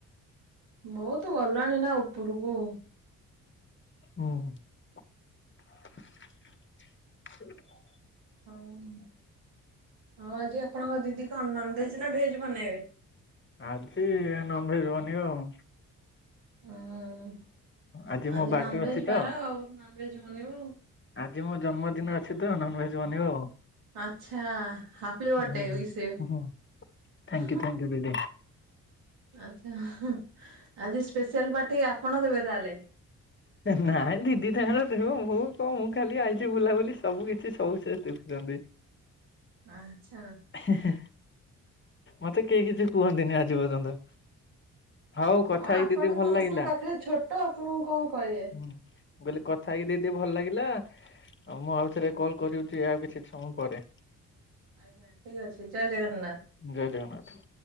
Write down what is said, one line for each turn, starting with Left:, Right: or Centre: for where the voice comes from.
Right: ବହୁତ ଗଲାଣି ନା ଉପୁରୁକୁ।
Left: ହଁ।
Right: ହଉ, ଆଉ ଆଜି ଆପଣଙ୍କ ଦିଦି କଣ ନନଭେଜ ନା ଭେଜ ବନେଇବେ?
Left: ଆଜି ନନଭେଜ୍ ବନିବ ଆଉ।
Right: ହୁଁ
Left: ଆଜି ମୋ ବା
Right: ନନଭେଜ
Left: ଡେ ଅଛି
Right: ବାର
Left: ତ।
Right: ଆଉ ନନଭେଜ ବନିବ ଆଉ।
Left: ଆଜି ମୋ ଜନ୍ମଦିନ ଅଛି ତ ନନ୍ ଭେଜ୍ ବନିବ ଆଉ।
Right: ଆଚ୍ଛା ହାପି ବଡେ
Left: ହୁଁ
Right: ୱିଶ୍ ୟୁ
Left: ହୁଁ ଥ୍ୟାଙ୍କୟୁ
Right: ହାଁ।
Left: ଥ୍ୟାଙ୍କୟୁ ଦିଦି
Right: ଆଛା ହା ଆଜି ସ୍ପେଶାଆଲ ପାର୍ଟି ଆପଣ ଦେବେ ତାହେଲେ?
Left: ନାଇଁ ଦିଦି <unintelligible> ଦେବ ମୁଁ କଣ ମୁଁ ଖାଲି ଆଇଛି ବୁଲାବୁଲି ସବୁ କିଛି ସବୁ ସେ ଦେ ଜଦି
Right: ଆଛା।
Left: ହେ ହେ ହେଁ। ମତେ କେହି କିଛି କୁହନ୍ତିନି ଆଜି ପର୍ଯ୍ୟନ୍ତ। ହଉ କଥା
Right: ହଁ
Left: ହେଇକି
Right: ଆପଣ
Left: ଦିଦି ଭଲ
Right: ସମସ୍ତଙ୍କ
Left: ଲାଗିଲା
Right: ପାଖରେ
Left: ହୁଁ।
Right: ଛୋଟ ଆପଣଙ୍କୁ କଣ କହିବେ।
Left: ମୁଁ କହିଲି କଥା ହେଇକି ଦିଦି ଭଲ୍ ଲାଗିଲା ଆଉ ମୁଁ ଆଉ ଥରେ କଲ କରିଅଛି ଆଉ କିଛି ସମୟ ପରେ।
Right: ଆଜ୍ଞା ଠିକ୍ ଅଛି ଜୟ ଜଗନ୍ନାଥ।
Left: ଜୟ ଜଗନ୍ନାଥ।